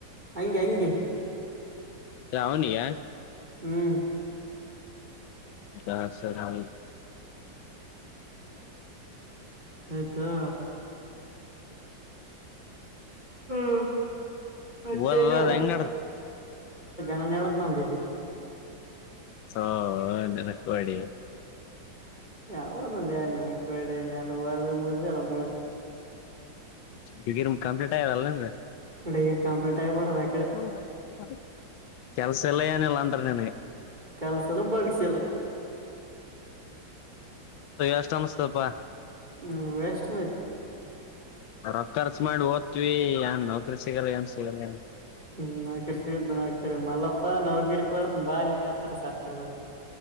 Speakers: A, on the right (about 25°); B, on the left (about 85°).
A: ಅಂಗಿ ಅಂಗಿ.
B: ರಾವನು ಯಾರ
A: ಹ್ಮ್
B: ಹಾ ಸರ್ ಹ
A: ಆಯ್ತಾ ಹ್ಮ್ ಮ
B: ಓದದ
A: ನಡ
B: ಹೆಂಗ್
A: ನನ ನಡಲ್ಲಿ
B: ಹ ನೆನಕುವಾಡಿ
A: ಯದ ಾನಡೆಲ್ಲ ಮುರುಂದ ಎಲ್ಲ ಮುರು
B: ಡಿಗ್ರಿಮ ಕಂಪ್ಲೀಟ್ ಆಯದಲ್ಲ ನನ್್ರ
A: ಡಿಗ್ರಿ ಕಂಪ್ಲೀಟ್
B: <inaudible>
A: ಆಗಿಬಿಡದ ಆ ಕಡೆ
B: ಕೆಲ್ಸ ಎಲ್ಲ ಏನಿಲ್ಲ ಅಂದ್ರ ನನ್ಗೆ
A: ಕೆಲಸಲ್ಲ ಬಗ್ಸಿಲ್ಲ
B: ಅಷ್ಟ ಮಸ್ತಪ್ಪಾ
A: ಹ್ಮ ವೆಸ್ಟ್ ಮ
B: ಹೊ ಖರ್ಚು ಮಾಡಿ ಓದ್ವಿ ಏನ್ ನೌಕರಿ ಸಿಗಲ್ಲ ಏನ್ ಸಿಗಲ್ಲ
A: ಹ್ಮ್ ನೌಕರಿ ಸ್ದ ನೌಕರಿ ಮಲ್ಲಪ್ಪ ನೌಗಿರಿ ಕೊಡ್ತ ಬಾಯ ಮಾಡತಾರ ಸರ್ಕಾರದ